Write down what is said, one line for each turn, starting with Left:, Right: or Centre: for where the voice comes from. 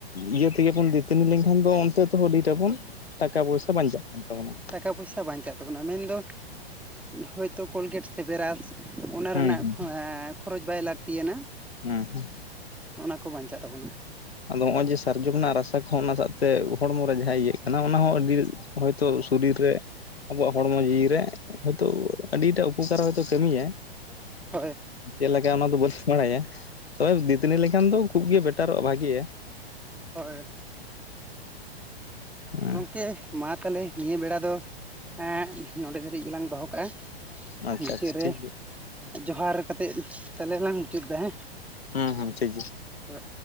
Left: ᱤᱭᱟᱹ ᱛᱮᱜᱮ ᱵᱚᱱ ᱫᱟᱹᱛᱟᱹᱱᱤ ᱞᱮᱱᱠᱷᱟᱱ ᱫᱚ ᱚᱱᱛᱮ ᱛᱮᱦᱚᱸ ᱟᱹᱰᱤ ᱴᱟ ᱵᱚᱱ ᱴᱟᱠᱟ ᱯᱚᱭᱥᱟ ᱵᱟᱧᱪᱟᱜ ᱠᱟᱱ ᱛᱟᱵᱚᱱᱟ ᱾
Centre: ᱠᱟ ᱯᱚᱭᱥᱟ ᱵᱟᱧᱼᱼ ᱵᱟᱧᱪᱟᱜ ᱛᱟᱵᱚᱱᱟ ᱢᱮᱱᱫᱚ ᱦᱚᱭᱛᱳ ᱠᱳᱞᱜᱮᱴ ᱥᱮ ᱵᱮᱨᱟᱥ ᱚᱱᱟ ᱨᱮᱱᱟᱜ
Left: ᱦᱩᱸ ᱦᱩᱸ
Centre: ᱠᱷᱚᱨᱚᱪ ᱵᱟᱭ ᱞᱟᱹᱠᱛᱤᱭᱟᱱᱟ ᱾
Left: ᱦᱮᱸ ᱦᱮᱸ
Centre: ᱚᱱᱟ ᱠᱚ ᱵᱟᱧᱪᱟᱜ ᱛᱟᱵᱚᱱᱟ
Left: ᱟᱫᱚ ᱦᱚᱜᱼᱚᱭ ᱡᱮ ᱥᱟᱨᱡᱚᱢ ᱨᱮᱱᱟᱜ ᱨᱟᱥᱟ ᱠᱚᱦᱚᱸ ᱚᱱᱟ ᱥᱟᱜ ᱛᱮ ᱦᱚᱲᱢᱚ ᱨᱮ ᱡᱟᱦᱟᱸ ᱤᱭᱟᱹᱜ ᱚᱱᱟ ᱦᱚᱸ ᱟᱹᱰᱤ ᱦᱚᱭᱛᱚ ᱥᱚᱨᱤᱨ ᱨᱮ ᱟᱵᱚᱣᱟᱜ ᱦᱚᱲᱢᱚ ᱡᱤᱣᱤ ᱨᱮ ᱦᱳᱭᱛᱳ ᱟᱹᱰᱤᱴᱟᱜ ᱩᱯᱚᱠᱟᱨ ᱦᱚᱭᱛᱳ ᱠᱟᱢᱤᱭᱟᱭ
Centre: ᱦᱳᱭ
Left: ᱪᱮᱫ ᱞᱮᱠᱟ ᱚᱱᱟ ᱫᱚ ᱵᱟᱹᱞᱤᱧ ᱵᱟᱲᱟᱭᱟ ᱛᱚᱵᱮ ᱫᱟᱹᱛᱟᱹᱱᱤ ᱞᱮᱠᱷᱟᱱ ᱫᱚ ᱠᱷᱩᱵ ᱜᱮ ᱵᱮᱴᱟᱨᱚᱜᱼᱟ ᱵᱷᱟᱜᱮᱭᱟ᱾
Centre: ᱦᱳᱭ
Left: ᱦᱮᱸ
Centre: ᱜᱚᱝᱠᱮ ᱢᱟ ᱛᱟᱦᱚᱞᱮ ᱱᱤᱭᱟᱹ ᱵᱮᱲᱟ ᱫᱚ ᱮᱸᱜ ᱱᱚᱰᱮ ᱫᱷᱟᱹᱨᱤᱡ ᱜᱮᱞᱟᱝ ᱫᱚᱦᱚ ᱠᱟᱜᱼᱟ᱾
Left: ᱟᱪᱪᱷᱟ
Centre: ᱢᱩᱪᱟᱹᱫ
Left: ᱟᱪᱪᱷᱟ
Centre: ᱨᱮ
Left: ᱴᱷᱤᱠ ᱜᱮᱭᱟ
Centre: ᱡᱚᱦᱟᱨ ᱠᱟᱛᱮᱫ ᱛᱟᱦᱞᱮ ᱞᱟᱝ ᱢᱩᱪᱟᱹᱫ ᱫᱟ ᱦᱮᱸ᱾
Left: ᱦᱩᱸ ᱦᱩᱸ ᱴᱷᱤᱠ ᱜᱮ
Centre: ᱦᱳᱭ